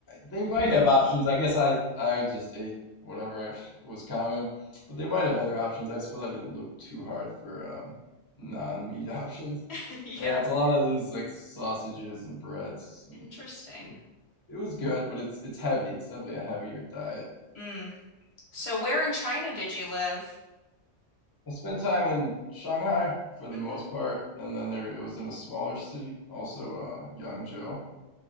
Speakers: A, on the left (about 25°); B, on the left (about 65°).
A: they might have options. I guess I I just ate whatever I was common, but they might have other options. I suppose I didn't look too hard for um non-meat <laughs> options.
B: <laughs> Yeah.
A: But yeah, it's a lot of these like sausages and breads and
B: Interesting.
A: beer. It was good, but it's it's heavy. It's definitely a heavier diet.
B: Mm. So where in China did you live?
A: I spent time in Shanghai for the
B: hmm
A: most part, and then there it was in a smaller city also, uh, Yangzhou.